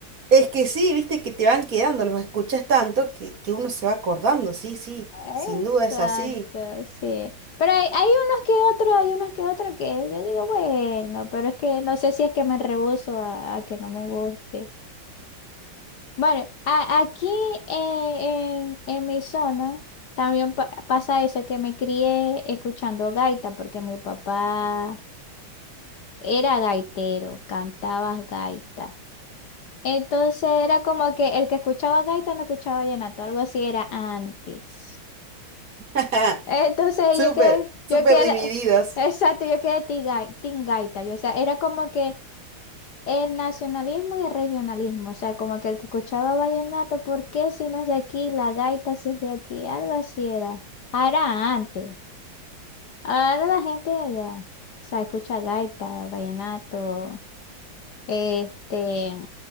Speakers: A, on the right (about 45°); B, on the left (about 60°).
A: Es que sí, viste que te van quedando, los escuchas tanto que, que uno se va acordando, sí, sí,
B: Exacto,
A: sin duda es así.
B: sí. Pero hay, hay unos que otros, hay unos que otros que yo digo, bueno, pero es que no sé si es que me rehúso a, a que no me guste. Bueno, a- aquí eh, en, en mi zona también pa- pasa eso, que me crié escuchando gaita, porque mi papá era gaitero, cantaba gaita. Entonces era como que el que escuchaba gaita no escuchaba vallenato, algo así era antes.
A: <laughs>
B: Entonces
A: Súper,
B: yo quedé,
A: súper
B: yo quedé,
A: divididos.
B: <laughs> exacto, yo quedé tiga- team gaita. Yo, o sea, era como que El nacionalismo y el regionalismo, o sea, como que el que escuchaba vallenato, ¿por qué si no es de aquí? La gaita si es de aquí, algo así era. Ah, Era antes. Ahora la gente de allá, o sea, escucha gaita, vallenato, este,